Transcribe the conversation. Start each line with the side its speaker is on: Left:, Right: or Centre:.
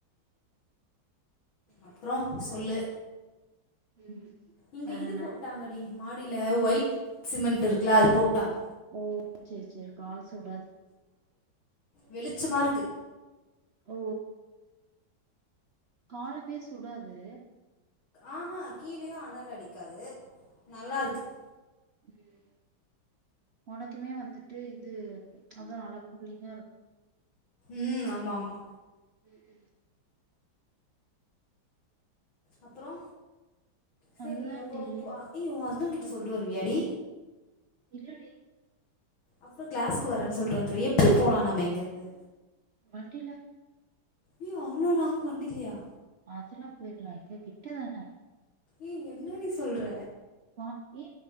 Right: சேரி
Left: அப்றோ சொல்லு
Right: ஆ ம்
Left: இங்க
Right: வேற
Left: இது
Right: என்ன
Left: போட்டாங்கடி மாடில ஒயிட் சிமெண்ட் இருக்குல்ல அது போட்டாங்க
Right: ஓ செரி செரி கால் சுடாது
Left: வெளிச்சமா இருக்கு
Right: ஓ காலுமே சுடாது
Left: ஆஹா கீழயு அனல் அடிக்காது நல்லா
Right: ம் ம்
Left: இருக்குது
Right: செரி உனக் குமே வந்துட்டு இது அதா நல்லா கூலிங்கா இருக்
Left: ம் ஆமா ஆமா
Right: ம் ம்
Left: அப்பறோ செரி
Right: அதுதான்டி
Left: அப்போ போ ஏ உன் ஹஸ்பண்ட் கிட்ட சொல்ட்டு வருவியாடி
Right: இல்லடி
Left: அப்றோ கிளாஸ்க்கு வரன் சொல்லிட்டு வந்துரு எப்படி போலா நம்ம இங்கருந்து
Right: வண்டில
Left: ஏ அவ்ளோ லாங் வண்டிலயா
Right: அதெல்லா போயிர்லா இங்க கிட்டதானே
Left: ஏ என்னடி சொல்ற
Right: பா ஏ